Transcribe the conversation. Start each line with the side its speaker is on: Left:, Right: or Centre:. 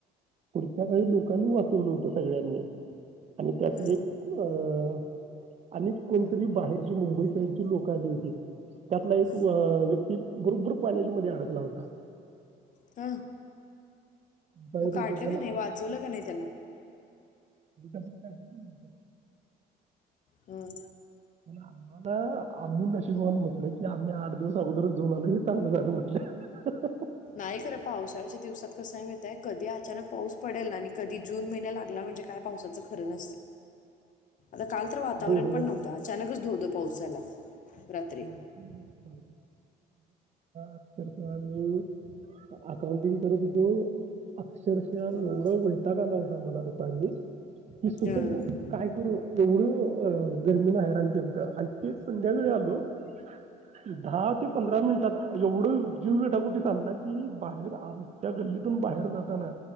Right: पुढच्या काही लोकांनी वाचवलं होत सगळ्यांनी आणि त्यातली
Left: हं,
Right: अं आणि कोणतरी बाहेरची मुंबई साईडची लोक आली होती त्यातला एक
Left: हं.
Right: अ व्यक्ती बरोबर पाण्याच्या म अडकला होता
Left: हां.
Right: बाहेर
Left: मग काढलं
Right: होता त्याला
Left: का नाही वाचवलं का नाही त्याला
Right: ासून काढ का
Left: हं.
Right: आम्हाला आम्ही नशीबून म्हटलं की आम्ही आठ दिवस अगोदरच जऊन आलो हे चांगलं झालं म्हटलं
Left: नाही पावसाळ्याच्या दिवसात कस कधी अचा पाऊस पडेल कधी जून महि लाला म्हणजे का पावसाच खरं आ का वातावरणण
Right: बरोबर.
Left: अन धो पाऊस झाला रात्री.
Right: ां अक्षरशः आी अकाउंटिंग करत होतो अक्षरशः एवढं
Left: हं.
Right: वैटाक आला होता मला दुपारी मी सुचत
Left: हं.
Right: काय करू एवढं गर्मीन आहेरण केंत आणि ते संध्याकाळी आलो दहा ते पंधरा मिनिटात एवढं जीव गेटा कुठे सांगला कि बाहेर आमच्या गल्लीतून बाहेर जाताना